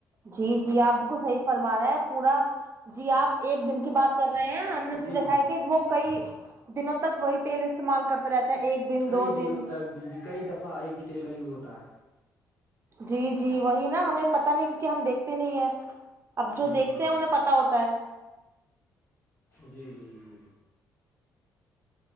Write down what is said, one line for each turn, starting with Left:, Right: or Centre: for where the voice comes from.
Right: جی جی آپ بال کو صحیح فرما رہا ہے پورا جی آپ ایک دن کی بات کر رہے ہیں ہم نے تو
Left: جی
Right: دیکھا
Left: جی
Right: ہے کہ وہ کئی دنوں تک وہی تیل استعمال کرتے رہتے ہیں ایک دن
Left: کئی
Right: دو
Left: دنوں
Right: دن
Left: جی جی کئی دفع آ تیل کا یوز ہوتا ہے
Right: جی جی وہی نا ہمیں پتا نہیں کیونکہ ہم دیکھتے نہیں ہیں اب جو
Left: جی جی
Right: دیکھتے
Left: جی
Right: ہیں انہیں پتا ہوتا ہے
Left: جی جی جی